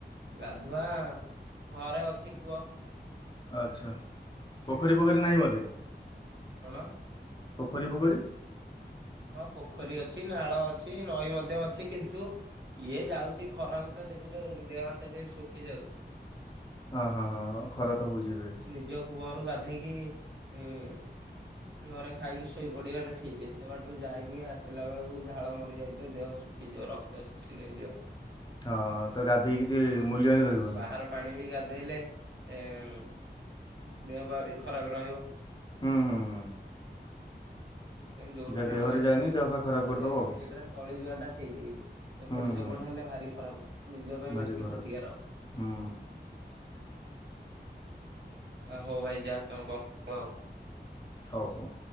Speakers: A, on the right (about 85°); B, on the left (about 25°).
A: ଗାଧୁଆ ଘରେ ଅଛି କୁଅ।
B: ଆଚ୍ଛା, ପୋଖରୀ ଫୋଖରୀ ନାହିଁ ବୋଧେ।
A: କଣ?
B: ପୋଖରୀ ଫୋଖରୀ।
A: ହଁ, ପୋଖରୀ ଅଛି, ନାଳ ଅଛି, ନଈ ମଧ୍ୟ ଅଛି କିନ୍ତୁ କିଏ ଯାଉଚି ଖରାକୁ ତ ଦେଖୁଚ ଦେହ ହାତ କେମିତି ଶୁଖି ଯାଉଚି।
B: ହଁ ହଁ ହଁ ଖରା ତ ହୋଉଚି ଏବେ।
A: ନିଜ କୂଅରୁ ଗାଧେଇକି ଇଁ ଘରେ ଖାଇକି ଶୋଇପଡିବାଟା ଠିକ୍। ସେତେ ବାଟରୁ ଯାଇକି ଆସିଲା ବେଳକୁ ଝାଳ ମରିଯାଇଥିବ ଦେହ ଶୁଖିଯିବ ରକ୍ତ ଶୋଷି ନେଇଯିବ‌ ଆ
B: ହଁ, ତ ଗାଧେଇକି ସେ ମୂଲ୍ୟ ହିଁ ରହିବନି।
A: ବାହାର ପାଣି ବି ଗାଧେଇଲେ ଏଂ ଦେହ ପା ବି ଖରାପ ରହିବ।
B: ହୁଁ ହୁଁ ହୁଁ।
A: ସେଥିପାଇଁ ଯୋଉଟାରେ
B: ଯାହା ଦେହରେ
A: ମାନେ ଏତେ
B: ଯାଏନି ଦେହ ପା ଖରାପ
A: ଚଳି
B: କରିଦବ
A: ଯାଇଚି
B: ଆଉ।
A: ସେଇଟାରେ ଚଳିଯିବା ଟା ଠିକ୍ ଏପଟ
B: ହୁଁ
A: ସେପଟ
B: ହୁଁ
A: ହେଲେ ଭାରି ଖରାପ। ନିଜ ପାଇଁ
B: ଭାରି
A: ବେଶୀ
B: ଖରାପ
A: କ୍ଷତିକାର।
B: ହୁଁ।
A: ଆ ହୋଉ ଭାଇ ଯାହା ତମେ ଗପ ଆଉ?
B: ହୋଉ ହୋଉ।